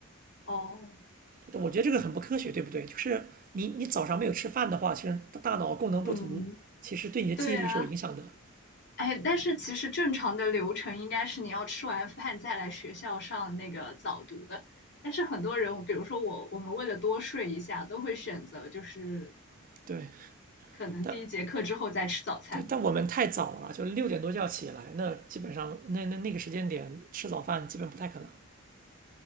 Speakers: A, on the left; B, on the right.
A: 哦，
B: 对的我觉得这个很不科学，对不对？就是你你早上没有吃饭的话，其实大脑功能不足，
A: 嗯，
B: 其实对你的记忆力是有影响的。
A: 对啊。哎，但是其实正常的流程应该是你要吃完饭再来学校上那个早读的。但是很多人，比如说我，我们为了多睡一下，都会选择就是
B: 对，
A: 可能第一节课之后再吃早餐，
B: 但对，但我们太早了，就六点多就要起来，那基本上那那那个时间点吃早饭基本不太可能。